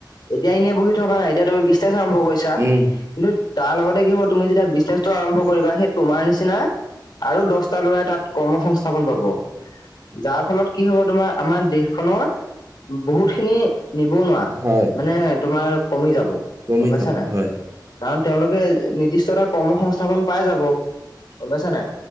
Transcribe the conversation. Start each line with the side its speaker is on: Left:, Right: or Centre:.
Left: এতিয়া এনেই বহি থকা নাই, এতিয়া তুমি বিজনেছ আৰম্ভ কৰিছা।
Right: উম
Left: কিন্তু তাৰ লগতে কি হ'ব তুমি যেতিয়া বিজনেচটো আৰম্ভ কৰিবা সেই তোমাৰ নিচিনা আৰু দহটা ল'ৰাই তাত কৰ্ম সংস্থাপন পাব। যাৰ ফলত কি হব তোমাৰ আমাৰ দেশখনৰ বহুত খিনি নিবনুৱা
Right: হয়
Left: মানে তোমাৰ কমি যাব
Right: কমি
Left: গম পাইছা
Right: যাব
Left: নে নাই?
Right: হয়
Left: কাৰণ তেওঁলোকে নিৰ্দিষ্ট এটা কৰ্ম সংস্থাপন পাই যাব গম পাইছা নে নাই?